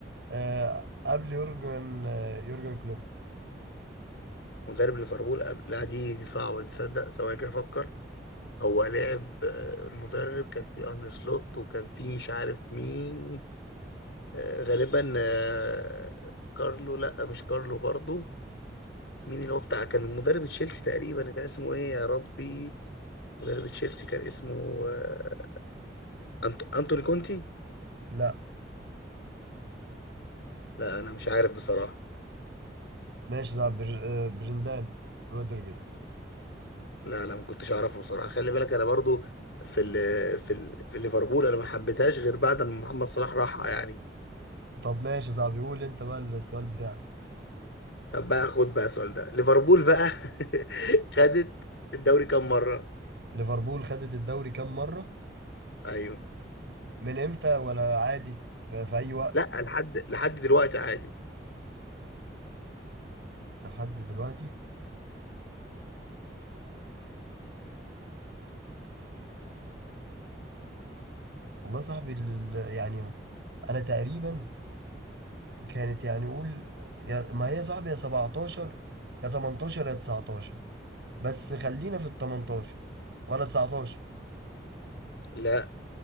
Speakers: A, on the right (about 75°); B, on the left (about 85°).
A: آه قبل يورجن آه يورجن كلوب
B: مدرب ليفربول قبل لا دي دي صعبة دي تصدق ثواني كده افكر هو لعب اه، مدرب كان في ارن سلوت وكان في مش عارف مين آه، غالبا آه، كارلو لا مش كارلو برضو مين اللي هو بتاع كان مدرب تشيلسي تقريبا كان اسمه ايه يا ربي مدرب تشيلسي كان اسمه آه، أنت... انتوني كونتي
A: لا
B: لا انا مش عارف بصراحة
A: ماشي يا صاحبي بر- آه، برندان رودريجرز
B: لا لا ما كنتش اعرفه بصراحة خلي بالك انا برضو في ال... في ال... في ليفربول انا ما حبيتهاش غير بعد ما محمد صلاح راح يعني
A: طب ماشي يا صاحبي قول انت بقى السؤال بتاعك
B: طب بقى خد بقى السؤال ده ليفربول بقى <laughs> خدت الدوري كام مرة
A: ليفربول خدت الدوري كام مرة
B: ايوه
A: من امتى ولا عادي ف- في اي وقت
B: لا لحد لحد دلوقتي عادي
A: لحد دلوقتي والله يا صاحبي ال- ال- يعني انا تقريبا كانت يعني قول يا ما هي يا صاحبي يا 17 يا 18 يا 19 بس خلينا في ال 18 ولا 19
B: لا